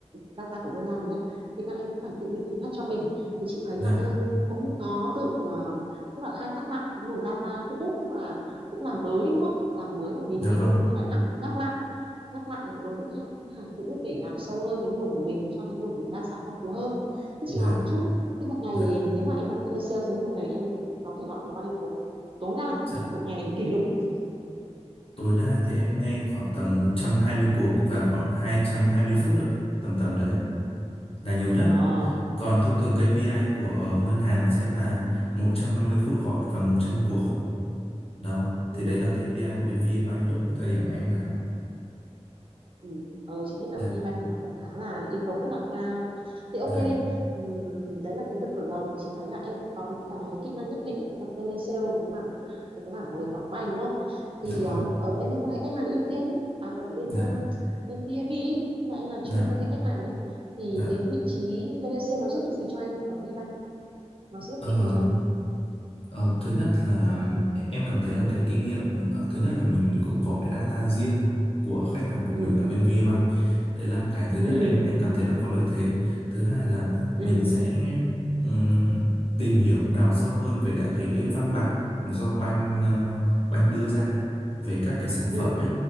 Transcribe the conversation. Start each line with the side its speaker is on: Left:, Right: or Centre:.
Right: data của ngân hàng nhé thì các em cũng phải tự đi tìm khách cho mình thì chị thấy
Left: dạ
Right: là em cũng có tự ờ, tức là khai thác lại cái nguồn data cũ tức là cũng làm mới đúng không làm mới và review
Left: Dạ vâng,
Right: cũng như là nhắc nhắc lại nhắc lại cái đối tượng khách hàng cũ để đào sâu hơn cái nguồn của mình làm cho cái nguồn của mình đa dạng phong phú hơn thế chị
Left: dạ,
Right: hỏi một chút thế một ngày
Left: dạ,
Right: nếu mà em làm telesale thế thì một ngày em có thể gọi được bao nhiêu cuộc tối đa
Left: dạ.
Right: một ngày kỷ lục ấy
Left: Tối đa thì em nghe khoảng tầm 120 cuộc và khoảng hai hai trăm hai mươi phút ạ, tầm tầm đấy ạ, là nhiều nhất.
Right: Ờ,
Left: Còn thông thường KPI của ờ, ngân hàng sẽ là 150 phút gọi và 100 cuộc ạ. Đó,
Right: ừ,
Left: thì đấy là KPI của bên VPBank lúc thời điểm mà em làm ạ.
Right: ừ. Ờ, chị biết làm
Left: Dạ,
Right: VBank thì nó cũng khá là yêu cầu rất là cao. Thì
Left: dạ,
Right: ok đi. Ừm, đấy là cái việc khởi đầu thì chị thấy là em cũng có những cái kỹ năng nhất định ở cái phần telesale và cái mảng về cái mảng mời khoản vay đúng không?
Left: dạ
Right: Thì
Left: vâng,
Right: ờm, ở bên bên quan hệ khách hàng ưu tiên ý, à ở bên
Left: dạ,
Right: ờm, bên VIB ý, khi mà em làm
Left: dạ,
Right: chuyên viên quan hệ khách hàng ấy thì
Left: dạ.
Right: cái vị trí telesale nó giúp ích gì cho em ở VBank? Nó giúp
Left: Ờ,
Right: ích gì cho em?
Left: Ờ, thứ nhất là e, em cảm thấy là cái kinh nghiệm ờ, thứ nhất là mình cũng có cái data riêng của khách hàng của mình
Right: Ừ,
Left: ở bên VPBank đấy là cái thứ nhất
Right: <laughs>
Left: em em cảm thấy là có lợi thế thứ hai là
Right: ừ,
Left: mình
Right: ừ,
Left: sẽ ừm, tìm hiểu đào sâu hơn về các cái, cái văn bản do banh ờ, banh đưa ra về các cái sản
Right: ừ,
Left: phẩm ấy